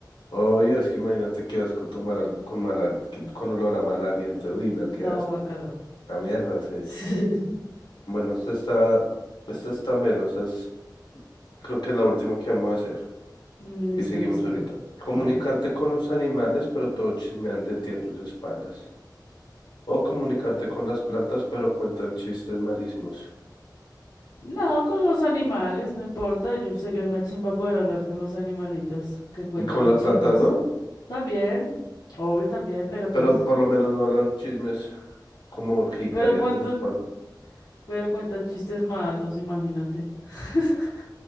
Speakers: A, on the left (about 75°); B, on the left (about 60°).
A: Obvio, es que imagínate qué asco tomar algo con mal, al- que- con olor a mal aliento. Uy, no, qué
B: No,
A: asco.
B: guacala.
A: La mierda, sí.
B: <laughs>
A: Bueno, esta está, esta está melo, esta es, creo que es la última que vamos a hacer.
B: Mm, Listo,
A: Y seguimos
B: listo.
A: ahorita. Comunicarte
B: Dale.
A: con los animales, pero todos chismean de ti a tus espaldas. O comunicarte con las plantas, pero cuentan chistes malísimos.
B: No, con los animales, no importa. Yo sería una chimba poder hablar con los animalitos. Que cuente
A: Con
B: los
A: las
B: chimos.
A: plantas, ¿no?
B: También, obvio también, pero
A: Pero
B: pues.
A: por lo menos no hablan chismes. Como urgicaria
B: Pero cuentan,
A: tus espaldas.
B: pero cuentan chistes malos, imagínate. <laughs>